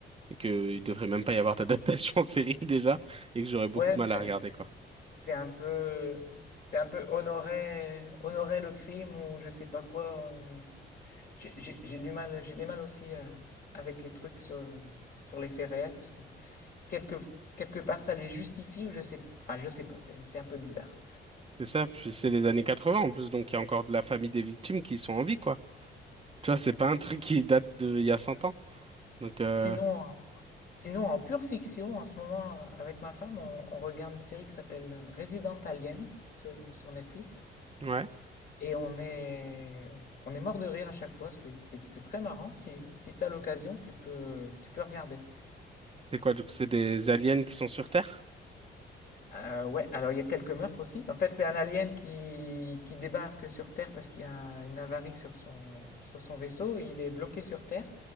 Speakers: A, on the right (about 30°); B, on the left (about 45°).
A: et qu'il devrait même pas y avoir d'adaptation <laughs> en série déjà et que j'aurais beaucoup
B: Ouais,
A: de mal
B: c'est-
A: à regarder, quoi.
B: C'est un peu, c'est un peu honorer, honorer le crime ou je sais pas quoi. euh, J'ai j'ai- j'ai du mal, j'ai des mal aussi à- avec les trucs sur, sur les faits réels parce que quelque, quelque part ça les justifie ou je sais, enfin je sais pas, c'est c'est un peu bizarre.
A: C'est ça, puis c'est les années 80 en plus, donc il y a encore de la famille des victimes qui sont en vie, quoi. Tu vois, c'est pas un truc qui date de il y a 100 ans. Donc, euh,
B: Sinon, en- sinon en pure fiction, en ce moment avec ma femme, on, on regarde une série qui s'appelle Resident Alien sur, sur Netflix.
A: ouais.
B: Et on est, on est mort de rire à chaque fois, c'est c'est- c'est très marrant. Si, si tu as l'occasion, tu peux, tu peux regarder.
A: C'est quoi, du coup, c'est des aliens qui sont sur Terre?
B: Euh, ouais, alors il y a quelques meurtres aussi. En fait, c'est un alien qui, qui débarque sur Terre parce qu'il y a une avarie sur son, sur son vaisseau. Il est bloqué sur Terre